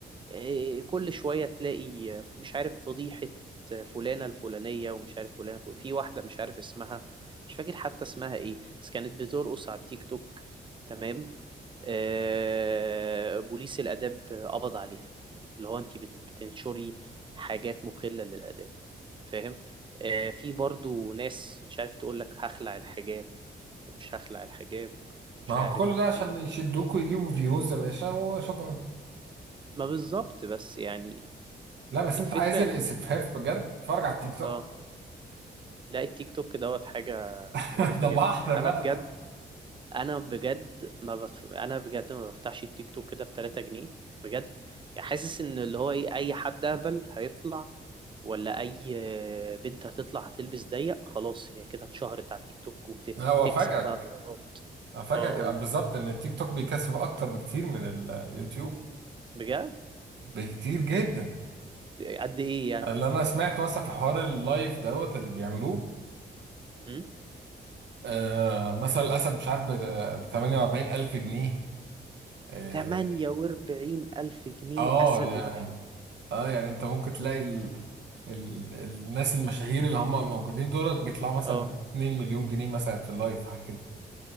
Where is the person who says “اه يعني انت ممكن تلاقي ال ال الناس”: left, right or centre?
Right